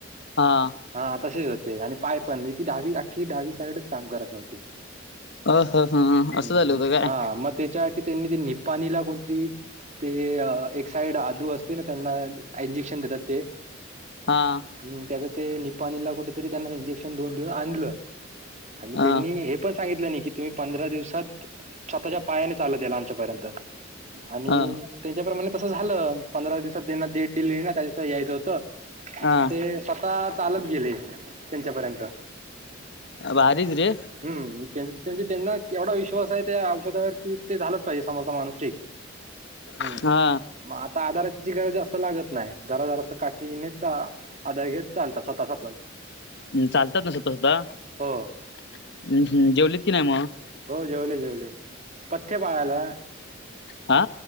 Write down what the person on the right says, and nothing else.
हा तसेच होते आणि पाय पण नाही ती डहावी अख्खी डहावी साईडच काम करत नव्हती.
हम्म
हा मग त्याच्यासाठी त्यांनी ते निपाणीला कोणती ते एक साइड आदू असते ना त्यांना इंजेक्शन देतात ते.
ह त्याच ते निपाणीला कुठेतरी त्यांना इंजेक्शन दोन देऊन आणलं आणि
त्यांनी हे पण सांगितलं नाही की तुम्ही पंधरा दिवसात स्वतःच्या पायाने चालत याल आमच्यापर्यंत. आणि
त्यांच्याप्रमाणे तसं झालं, पंधरा दिवसात त्यांना डेट दिली ना त्या दिवसाला यायचं होतं.
ते स्वतः चालत गेले त्यांच्यापर्यंत.
हम म्हणजे त्यांना एवढा विश्वास आहे त्या औषधावर कि ते झालं. समोरचा माणूस ठीक हम्म.
मग आता आधाराची गरज जास्त लागत नाही जरा जरा अस काठीने चा आता घेत चालतात स्वतः संपला की
हो
हो जेवले जेवले पथ्य पाळाला.